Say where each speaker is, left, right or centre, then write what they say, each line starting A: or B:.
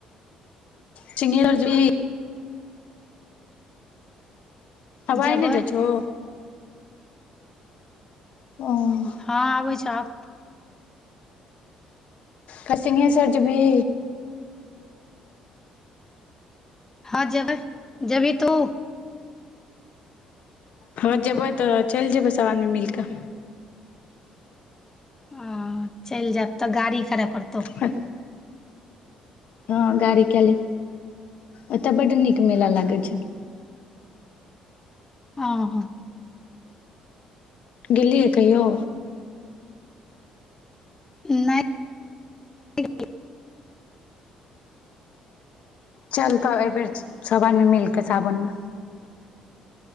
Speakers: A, on the left; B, on the left.
A: चिंगीर जली। अवइ
B: जेबै
A: नहि जाय छहो? <unintelligible>
B: हँ आबै छ आब
A: कल्ह सिधेशर जैवही
B: हँ जेबै जेबी तू
A: हँ जेबै तऽ चेल जेबै सभ आदमी मिल कऽ
B: ह चेइल जायत तऽ गाड़ी करय पड़तौ
A: कऽ हँ गाड़ी के ले एतय बड नीक मेला लागे छै
B: अ ह
A: गेलियै कहियौ
B: नइ <inaudible>
A: चल तऽ एहिबेर सब आदमे मिल कऽ सावन मे